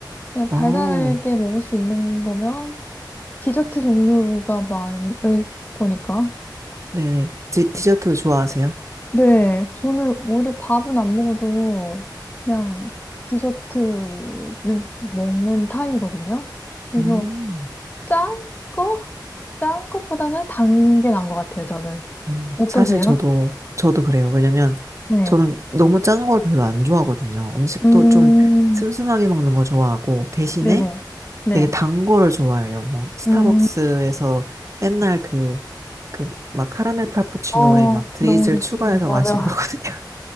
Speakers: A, on the left (about 25°); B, on the right (about 40°).
A: 그냥
B: 어,
A: 달달하게 먹을 수 있는 거면 디저트 종류가 많을 거니까.
B: 네네. 디, 디저트 좋아하세요?
A: 네, 저는 오히려 밥은 안 먹어도 그냥 디저트는 먹는 타입이거든요. 그래서
B: 음,
A: 짠 거? 짠 것보다는 단 게 나은 것 같아요, 저는.
B: 음.
A: 어떠세요?
B: 사실 저도 저도 그래요. 왜냐면
A: 네.
B: 저는 너무 짠 걸 별로 안 좋아하거든요. 음식도
A: 음,
B: 좀 슴슴하게 먹는 거 좋아하고 대신에
A: 네네. 네.
B: 되게 단 거를 좋아해요. 뭐 스타벅스에서
A: 음,
B: 옛날 그 그 막 카라멜 프라푸치노에
A: 어,
B: 막 드리즐
A: 너무
B: 추가해서
A: 좋지. 맞아.
B: 마시고 그러거든요.